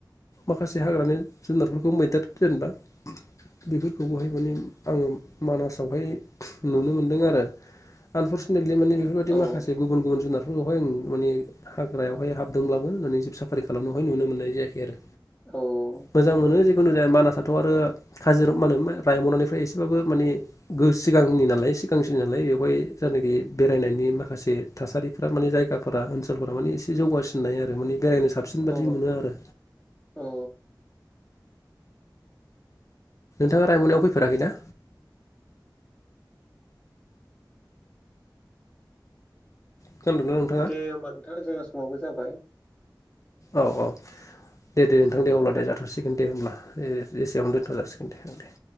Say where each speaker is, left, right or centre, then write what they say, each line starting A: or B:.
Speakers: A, on the left; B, on the left.
A: माखासे हाग्रानि जुनारफोरखौ मैदेर जेनेबा बेफोर अबेहाय माने आं मानसावहाय थु नुनो मोनदों आरो। आनफरसुनेटलि माने बेफोरबायदि
B: औ
A: माखासे गुबुन गुबुन जुनारफोरखौहाय उम माने हाग्रायावहाय हाबदोंब्लाबो मानि जिब साफारि खालामनायावहाय नुनो मोननाय जायाखै आरो।
B: औ
A: मोजां मोनो जिखुनु जाया मानसथ' आरो काजिरा माने मा रायमानानिफ्राय एसेबाबो माने गो सिगांनि नालाय सिगांसो नालाय बेवहाय जायनाखि बेरायनायनि माखासे थासारिफोरा माने जायगाफोरा ओनसोलफोरा माने एसे जौगासिननाय आरो माने बेरायनो सा साबसिन बादि
B: औ
A: मोनो आरो।
B: औ
A: थाङा रायमनायाव फैे फेराखै ना? खोनादोंना नोंथाङा
B: दे होमबा नोंथां जोंना समावबो जाबाय।
A: औ औ दे दे नोंथां दे
B: औ
A: अब्ला दे जाथ'सिगोन दे होमब्ला। ओ एसेयावनो दोनथ' जासिगोन दे ओं दे।